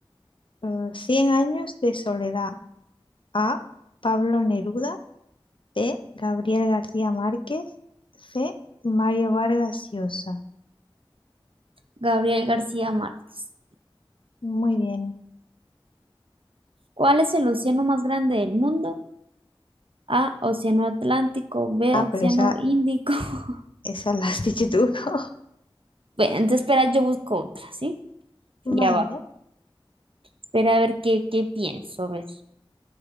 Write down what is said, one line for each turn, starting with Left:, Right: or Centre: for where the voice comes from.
Left: eh, Cien años de soledad? A. Pablo Neruda. B. Gabriel García Márquez. C. Mario Vargas Llosa.
Right: Gabriel García Márquez.
Left: Muy bien.
Right: ¿Cuál es el océano más grande del mundo? A, Océano Atlántico, B,
Left: Ah,
Right: Océano
Left: pero esa,
Right: Índico. <laughs>
Left: esa la has dicho tú, ¿no?
Right: Bueno, entonces espera, yo busco otra, ¿sí? Ya
Left: <laughs> Vale.
Right: va. Espera a ver qué, qué pienso, a ver.